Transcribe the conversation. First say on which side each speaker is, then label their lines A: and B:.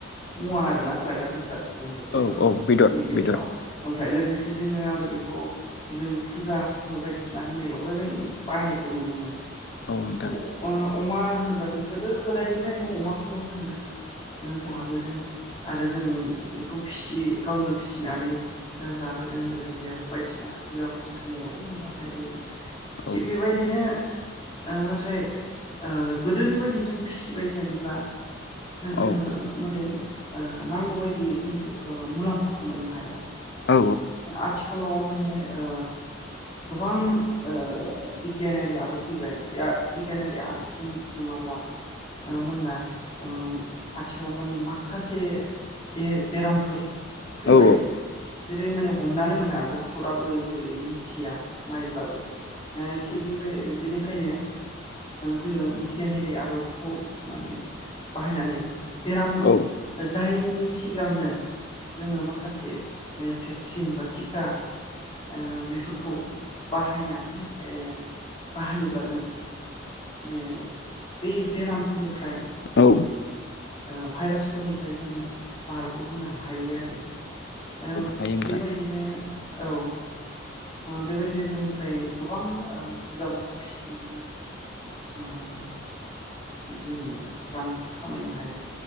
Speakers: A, on the left (about 30°); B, on the left (about 55°).
A: मुवा आरोना जाग्रा बेसाद जेनेबा बेदरफोरनि
B: औ औ बेदर
A: गेजेराव
B: बेदर
A: ओमफ्राय लोगोसे जोङो आरो बेखौ जों फुजा फाथाल बायदिसिना होनायावबो जों बायनायखौ नुनो मोनो
B: औ नोंथां
A: जों अ अमा होनोबा जों गोदो गोदायनिफ्रायनो अमाखौ जोङो जाबोदों आरो जों बेखौ फिसि गावनो फिसिनानै जाबोदों जों लोगोसे आरो बायदिसिना फुजा फाथाल होनायावबो जों बाहायबोदों थिग
B: औ
A: बेबायदिनो ओ नाथाय ओ गोदोनि बायदि जों फिसिबाय थायोब्ला जोङो
B: औ
A: माने ओ नांगौ बायदि खिन्थु मुलाम्फाखौ मोननो हाया
B: औ
A: आथिखालाव माने ओ गोबां ओ बिगियानारि आदब फैबाय बिगियानारि आदबजों नङाब्ला ओ मानोना उम आथिखालाव माने माखासे बे बेरामफोर फैबाय
B: औ
A: जेरै माने हमनानै मोना डक्टराबो जेरै मिथिया नायब्लाबो ओ थिग बेबाय बेनिखायनो जोङो बिगियानारि आदबखौ माने बाहायनानै बेराम
B: औ
A: जाय नि सिगांनो जोङो माखासे ओ भेक्सिन बा टिका ओ बेफोरखौ बाहायनानै ओ बाहायोब्ला जों माने बे बेरामफोरनिफ्राय
B: औ
A: ओ भाइरासफोरनिफ्राय जोङो बारगहोनो हायो आरो औ
B: हायो नोंथां
A: बेबायदिनो औ ओ बेबायदिनो जों फ्राय गोबां ओ बुरजा बुरजा फिसिनानै ओ जोङो रांफोर खामायनो हायो।